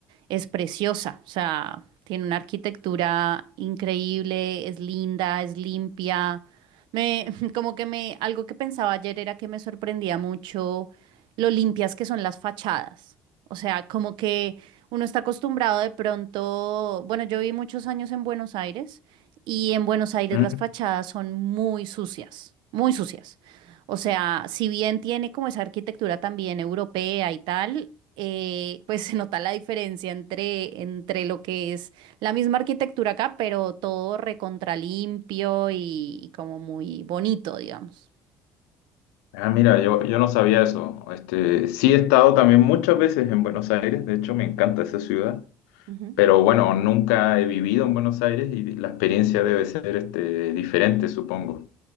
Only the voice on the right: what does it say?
es preciosa, o sea, tiene una arquitectura increíble, es linda, es limpia. Me, <laughs> como que me, algo que pensaba ayer era que me sorprendía mucho lo limpias que son las fachadas. O sea, como que uno está acostumbrado de pronto, bueno, yo viví muchos años en Buenos Aires y en Buenos Aires
las fachadas son muy sucias, muy sucias. O sea, si bien tiene como esa arquitectura también europea y tal, eh, pues <laughs> se nota la diferencia entre, entre lo que es la misma arquitectura acá, pero todo recontra limpio y, y como muy bonito, digamos.
Ujú.